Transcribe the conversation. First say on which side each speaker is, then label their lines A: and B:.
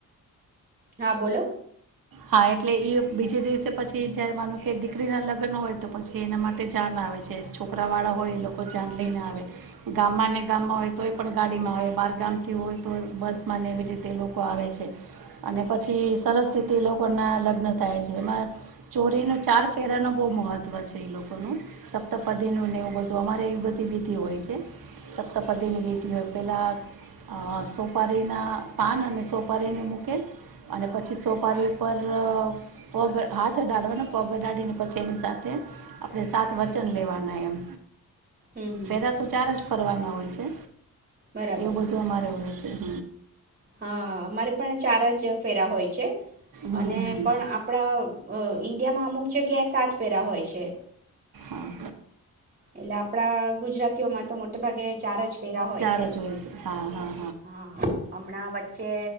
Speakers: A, on the right; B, on the right.
A: હા, બોલો.
B: હા, એટલે ઈ બીજે દિવસે પછી જયારે માનો કે દીકરી ના લગ્ન હોય તો પછી એના માટે જાન આવે છે. છોકરા વાળા હોય એ લોકો જાન લઈને આવે. ગામમાં ને ગામમાં હોય તો એ પણ ગાડીમાં આવે બાર ગામ થી હોય તો બસમાં ને એવી રીતે લોકો આવે છે અને પછી સરસ રી તે લોકોના લગ્ન થાય છે. એમાં ચોરીનું ચાર ફેરાનો બોવ મહત્વ છે એ લોકોનું. સપ્તપદીનું ને એવું બધું અમારે એવી બધી વિધિ હોય છે. સપ્તપદીની વિધિ હોય. પેલાં અ સોપારીના પાન અને સોપારીને મૂકે અને પછી સો પારી ઉપર પગ હાથ અડાડવાનો પગ અડાડીને પછી એની સાથે આપણે સાત વચન લેવાના એમ.
A: હમ હમ
B: ફેરા તો ચાર જ ફરવાના હોય છે.
A: બરાબર
B: એવું બધું અમારે હોય છે. <inaudible>
A: હા અમારે પણ ચાર જ ફેરા હોય છે.
B: હમ
A: અને
B: હમ હમ
A: પણ આપણા અ ઈન્ડિયામાં અમુક જગ્યાએ સાત ફેરા હોય છે.
B: હા
A: એટલે આપડા ગુજરાતીઓમાં તો મોટે ભાગે ચાર જ ફેરા હોય
B: ચાર
A: છે,
B: જ હોય હા હા
A: હા અમણાં વચ્ચે